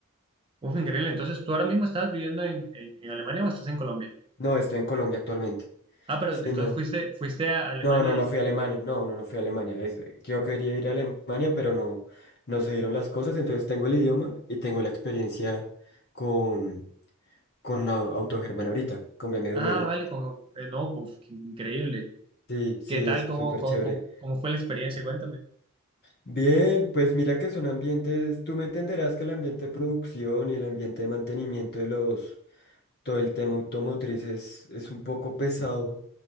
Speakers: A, on the right; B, on the left.
A: Uf, increíble. Entonces, ¿tú ahora mismo estás viviendo en, en, en Alemania o estás en Colombia?
B: No, estoy en Colombia actualmente.
A: Ah, pero
B: Sí,
A: entonces
B: no.
A: fuiste, fuiste a Alemania
B: No, no, no
A: y...
B: fui a Alemania. No, no, no fui a Alemania. Es- yo quería ir a Alemania, pero no, no se dieron las cosas. Entonces tengo el idioma y tengo la experiencia con, con la Autogermana ahorita, con BMW.
A: Ah, vale, con, eh, no, pues, qué increíble.
B: Sí, sí,
A: ¿Qué tal?
B: es
A: ¿Cómo,
B: súper
A: cómo,
B: chévere.
A: cómo cómo fue la experiencia? Cuéntame.
B: Bien, pues mira que son ambientes, tú me entenderás que el ambiente de producción y el ambiente de mantenimiento de los, todo el tema automotriz es, es un poco pesado